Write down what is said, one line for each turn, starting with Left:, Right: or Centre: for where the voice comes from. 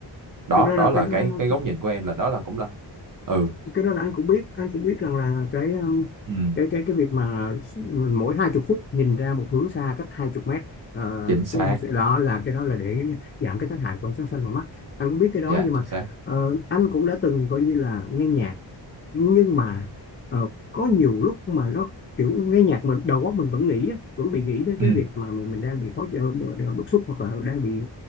Right: đó
Left: thực ra
Right: đó
Left: là
Right: là
Left: cái đó
Right: cái cái góc nhìn của em là đó là cũng là ừ
Left: cái đó là anh cũng biết anh cũng biết rằng là cái um,
Right: ừ
Left: cái cái cái việc mà mỗi hai chục phút nhìn ra một hướng xa cách hai chục mét ờ,
Right: chính xác
Left: cái đó là cái đó là để giảm cái tác hại của ánh sáng xanh vào mắt anh cũng biết cái đó
Right: dạ
Left: nhưng mà
Right: chính xác
Left: ờ, anh cũng đã từng coi như là nghe nhạc nhưng mà ờ, có nhiều lúc mà nó kiểu nghe nhạc mình đầu óc mình vẫn nghĩ á, vẫn bị nghĩ đến cái
Right: ừ
Left: việc mà mình mình đang bị khó chịu, ờ, bức xúc hoặc là đang bị